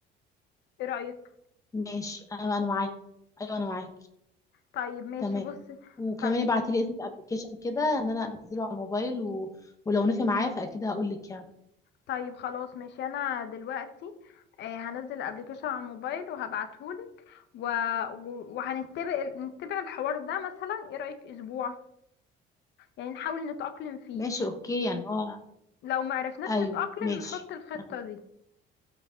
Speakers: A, on the left; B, on the left.
A: ايه رأيك
B: ماشي انا انا معاك ايوه انا معاك
A: طيب ماشي
B: تمام
A: بصي
B: وكمان
A: طيب
B: ابعتي لي اسم الابلكيشن كده ان انا انزله على الموبايل و... ولو نفع معايا فاكيد هقول لك يعني
A: طيب خلاص ماشي انا دلوقتي آه، هنزل ابلكيشن على الموبايل وهبعتهولك و... و- وهنتبع نتبع الحوار ده مثلا ايه رأيك اسبوع يعني نحاول نتأقلم فيه
B: ماشي اوكي يعني هو
A: لو معرفناش
B: ايوه
A: نتأقلم
B: ماشي
A: نحط الخطة
B: أنا-
A: دي